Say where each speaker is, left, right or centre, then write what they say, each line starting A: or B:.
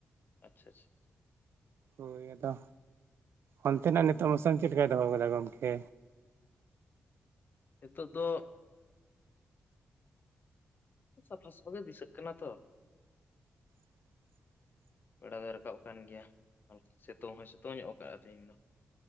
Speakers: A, on the left; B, on the right.
A: ᱟᱪᱪᱷᱟ ᱟᱪᱪᱷᱟ
B: ᱦᱳᱭ ᱟᱫᱚ ᱚᱱᱛᱮ ᱱᱟᱜ ᱱᱤᱛᱳᱜ ᱢᱚᱥᱚᱢ ᱪᱮᱫ ᱞᱮᱠᱟᱭ ᱫᱚᱦᱚ ᱟᱠᱟᱫᱟ ᱜᱚᱢᱠᱮ?
A: ᱱᱤᱛᱚᱜ ᱫᱚ ᱥᱟᱯᱷᱟ ᱥᱟᱯᱷᱟ ᱜᱮ ᱫᱤᱥᱟᱹᱜ ᱠᱟᱱᱟ ᱛᱚ
B: <inaudible>
A: ᱵᱮᱲᱟ ᱫᱚᱭ ᱨᱟᱠᱟᱵ ᱟᱠᱟᱱ ᱜᱮᱭᱟ ᱟᱨ ᱥᱤᱛᱩᱝ ᱦᱚᱸ ᱥᱤᱛᱩᱝ ᱧᱚᱜ ᱟᱠᱟᱜᱼᱟ ᱛᱮᱦᱮᱧ ᱫᱚ